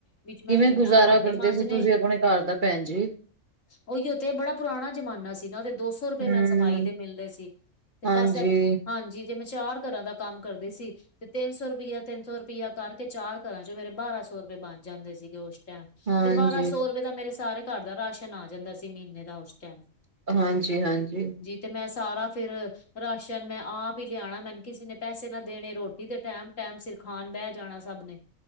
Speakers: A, on the left; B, on the right.
A: ਵਿੱਚ ਮੈਂ
B: ਕਿਵੇਂ
A: ਮਹੀਨਾ
B: ਗੁਜ਼ਾਰਾ
A: ਭਾਂਡੇ
B: ਕਰਦੇ
A: ਮਾਂਜਣੇ
B: ਸੀ ਤੁਸੀਂ ਆਪਣੇ ਘਰ ਦਾ ਭੈਣ ਜੀ?
A: ਉਹੀ ਉੱਥੇ ਬੜਾ ਪੁਰਾਣਾ ਜ਼ਮਾਨਾ ਸੀ ਨਾ ਉਹਦੇ ਦੋ ਸੌ ਰੁਪਏ
B: ਹੂੰ
A: ਮੈਨ ਸਫਾਈ ਦੇ ਮਿਲਦੇ ਸੀ। ਤੇ
B: ਹਾਂਜੀ
A: ਬਸ ਇ, ਹਾਂਜੀ ਜਿਵੇਂ ਚਾਰ ਘਰਾਂ ਦਾ ਕੰਮ ਕਰਦੀ ਸੀ। ਤੇ ਤਿੰਨ ਸੌ ਰੁਪਇਆ ਤਿੰਨ ਸੌ ਰੁਪਇਆ ਕਰਕੇ ਚਾਰ ਘਰਾਂ ਚੋਂ ਮੇਰੇ ਬਾਰਾਂ ਸੌ ਰੁਪਏ ਬਣ ਜਾਂਦੇ ਸੀਗੇ ਉਸ
B: ਹਾਂਜੀ,
A: ਤੇ ਬਾਰਾਂ ਸੌ ਰੁਪਏ ਦਾ ਮੇਰੇ ਸਾਰੇ ਘਰ ਦਾ ਰਾਸ਼ਨ ਆ ਜਾਂਦਾ ਸੀ ਮਹੀਨੇ ਦਾ ਉਸ ਟੈਮ
B: ਹਾਂਜੀ-ਹਾਂਜੀ,
A: ਤੇ ਮੈਂ ਸਾਰਾ ਫੇਰ ਰਾਸ਼ਨ ਮੈਂ ਆਪ ਹੀ ਲਿਆਣਾ ਮੈਨੂੰ ਕਿਸੇ ਨੇ ਪੈਸੇ ਨਾ ਦੇਣੇ ਰੋਟੀ ਤੇ ਟੈਮ-ਟੈਮ ਸਿਰ ਖਾਣ ਬਹਿ ਜਾਣਾ ਸਭ ਨੇ